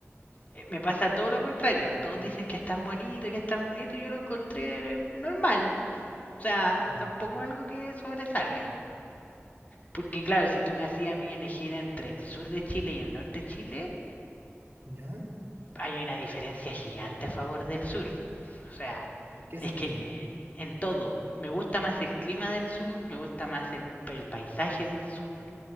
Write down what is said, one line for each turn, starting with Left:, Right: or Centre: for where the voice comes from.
Left: eh, me pasa todo lo contrario. Todos dicen que es tan bonito, que es tan bonito, y yo lo encontré eh, normal. O sea,
Right: Mm.
Left: tampoco algo que sobresalga. Porque claro, si tú me hacías a mí elegir entre el sur de Chile y el norte de Chile,
Right: ¿Ya?
Left: hay una diferencia gigante a favor del sur. O sea,
Right: ¿En qué
Left: es
Right: sentido?
Left: que en todo. Me gusta más el clima del sur, me gusta más el, el paisaje del sur,